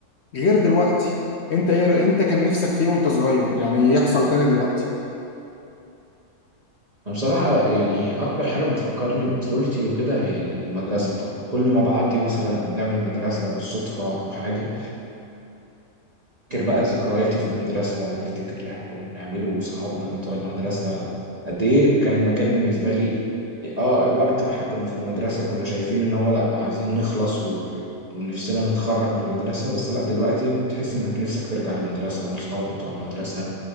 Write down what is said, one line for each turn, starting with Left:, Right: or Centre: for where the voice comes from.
Left: غير دلوقتي أنت إيه أنت كان نفسك فيه وأنت صغير يعني يحصل تاني دلوقتي
Right: أنا بصراحة يعني أكتر حاجة بتفكرني بطفولتي وكده هي المدرسة طبعا كل ما بعدي مثلا قدام المدرسة بالصدفة أو حاجة بفتكر بقى ذكرياتي في المدرسة وبفتكر اللي إحنا كنا بنعمله وأصحابنا اللي بتوع المدرسة قد إيه كان المكان بالنسبة لي آه وقت ما إحنا كنا في المدرسة كنا شايفين إن هو لأ عايزين نخلص و... ونفسنا نتخرج من المدرسة بس لأ دلوقتي بتحس إنك نفسك ترجع المدرسة ولأصحابك بتوع المدرسة